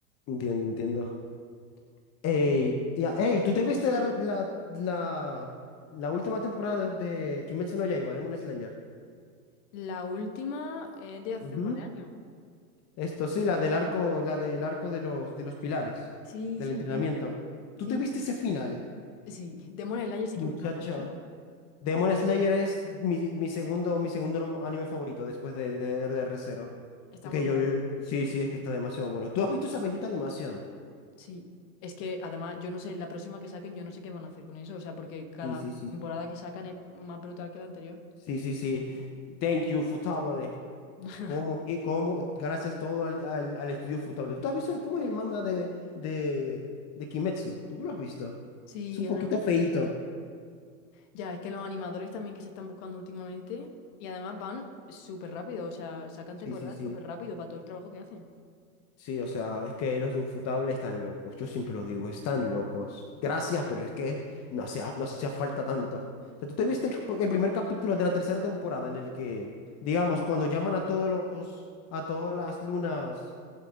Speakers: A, on the left; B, on the left.
A: Entiendo, entiendo. Ey, y a- ey, ¿tú te viste la, la, la, la última temporada de Kimetsu no Yaiba, Demon Slayer?
B: La última es de hace
A: Ujú.
B: un par de años.
A: Esto sí, la del arco, la del arco de los, de los pilares,
B: Sí,
A: del
B: sí,
A: entrenamiento.
B: sí.
A: ¿Tú
B: Sí,
A: te viste ese final?
B: sí. Demon Slayer sí
A: Muchacha.
B: que me encanta, ¿eh?
A: Demon Slayer es mi, mi segundo, mi segundo no- anime favorito después de, de, de Re:Zero.
B: Está
A: Es
B: muy
A: que
B: guay.
A: yo, yo- sí, sí, es que está demasiado bueno. ¿Tú has visto esa bendita animación?
B: Sí, es que además yo no sé, la próxima que saquen yo no sé qué van a hacer con eso, o sea, porque cada
A: Sí, sí, sí,
B: temporada
A: sí.
B: que sacan es más brutal que la anterior.
A: Sí, sí, sí. Thank you, Futable.
B: <laughs>
A: ¿Cómo que, cómo? Gracias todo al, al, al estudio Futable. ¿Tú te has visto el- cómo es el manga de, de, de Kimetsu? ¿Tú lo has visto?
B: Sí,
A: Es un poquito
B: adem-
A: feíto.
B: ya, es que los animadores también que se están buscando últimamente y además van súper rápido, o sea, sacan
A: Sí,
B: temporadas
A: sí, sí.
B: súper rápido para todo el trabajo que hacen.
A: Sí, o sea, es que los de Ufotable están locos. Yo siempre lo digo, están locos. Gracias, pero es que no hacía, no hacía falta tanto. O sea, ¿tú te viste el, el primer capítulo de la tercera temporada en el que, digamos, cuando llaman a todos los, a todas las lunas